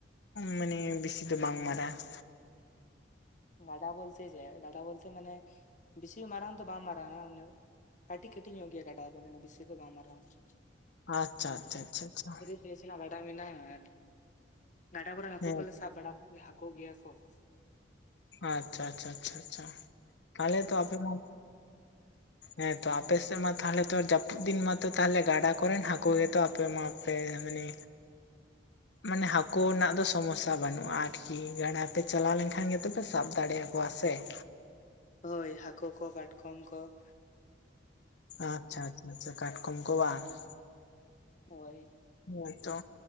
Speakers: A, on the left; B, on the left.
A: ᱢᱟᱱᱮ ᱵᱮᱥᱤ ᱫᱚ ᱵᱟᱝ ᱢᱟᱨᱟ ᱾
B: ᱜᱟᱰᱟ ᱵᱚᱞᱛᱮ ᱪᱮᱜ ᱜᱟᱰᱟ ᱵᱚᱞᱛᱮ ᱢᱟᱱᱮ ᱵᱮᱥᱤ ᱢᱟᱨᱟᱝ ᱫᱚ ᱵᱟᱝ ᱢᱟᱨᱟᱝ ᱟ ᱩᱱᱟᱹᱜ ᱾ ᱠᱟᱹᱴᱤᱡ ᱠᱟᱹᱴᱤᱡ ᱧᱚᱜ ᱜᱮᱭᱟ ᱜᱟᱰᱟ ᱫᱚ ᱢᱟᱱᱮ ᱵᱮᱥᱤ ᱫᱚ ᱵᱟᱝ ᱢᱟᱨᱟᱝᱼᱟ ᱾
A: ᱟᱪᱪᱷᱟ ᱟᱪᱪᱷᱟ ᱟᱪᱪᱷᱟ ᱟᱪᱪᱷᱟ ᱾
B: ᱯᱮ ᱥᱮᱱᱟᱜ ᱜᱟᱰᱟ ᱢᱮᱱᱟᱜ ᱟ ᱟᱨ ᱜᱟᱰᱟ ᱠᱚᱨᱮ ᱦᱟᱹᱠᱩ
A: ᱦᱮᱸ
B: ᱠᱚᱞᱮ ᱥᱟᱵ ᱵᱟᱲᱟ ᱠᱚᱜᱮᱭᱟ ᱦᱟᱹᱠᱳᱜ ᱜᱮᱭᱟ ᱠᱚ ᱾
A: ᱟᱪᱪᱷᱟ ᱟᱪᱪᱷᱟ ᱟᱪᱪᱷᱟ ᱟᱪᱪᱷᱟ ᱛᱟᱞᱦᱮ ᱛᱚ ᱟᱯᱮ ᱢᱟ
B: <inaudible>
A: ᱦᱮᱸᱛᱚ ᱟᱯᱮ ᱥᱮᱜ ᱢᱟ ᱛᱷᱟᱞᱮ ᱛᱚ ᱡᱟᱹᱯᱩᱫ ᱫᱤᱱ ᱢᱟᱛᱚ ᱛᱟᱦᱚᱞᱮ ᱜᱟᱰᱟ ᱠᱚᱨᱮᱱ ᱦᱟᱹᱠᱩ ᱜᱮᱛᱚ ᱟᱯᱮ ᱢᱟ ᱥᱮ ᱢᱟᱱᱮ ᱢᱟᱱᱮ ᱦᱟᱹᱠᱳ ᱱᱟᱜ ᱫᱚ ᱥᱚᱢᱚᱥᱥᱟ ᱵᱟᱹᱱᱩᱜᱼᱟ ᱟᱨᱠᱤ ᱜᱟᱰᱟ ᱯᱮ ᱪᱟᱞᱟᱣ ᱞᱮᱱᱠᱷᱟᱱ ᱜᱮᱛᱚᱯᱮ ᱥᱟᱵ ᱫᱟᱲᱮ ᱠᱚᱣᱟ ᱥᱮ ᱾
B: ᱦᱳᱭ ᱦᱟᱹᱠᱳ ᱠᱚ ᱠᱟᱴᱠᱚᱢ ᱠᱚ ᱾
A: ᱟᱪᱪᱷᱟ ᱪᱷᱟ ᱪᱷᱟ ᱠᱟᱴᱠᱚᱢ ᱠᱚ ᱵᱟᱝ ᱾
B: ᱦᱳᱭ
A: ᱦᱮᱸᱛᱚ